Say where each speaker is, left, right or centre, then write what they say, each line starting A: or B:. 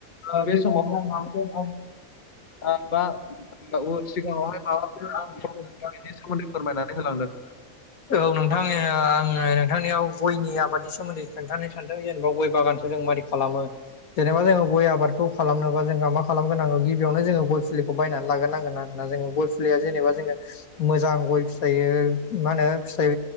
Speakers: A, on the left (about 35°); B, on the left (about 80°).
A: ओ बे
B: खिन्थानो
A: समाव ओ बा ओ सिगाङावहाय माबाफोर
B: हायो
A: बेनि
B: <unintelligible>
A: फोरमायनानै होलांदों
B: औ नोंथां आङो नोंथांनियाव गयनि आबादनि सोमोन्दै खोन्थानो सानदों जेनेबा गय बागानखौ जों मारै खालामो जेनेबा जोङो गय आबादखौ खालामनोबा जोंहा मा खालामग्रोनांगौ गिबियावनो जोङो गय फोलिखौ बायनानै लागोनांगोन आरो ना जोङो गय फुलिया जेनेबा जोङो मोजां गय फिथाइ मा होनो फिथाय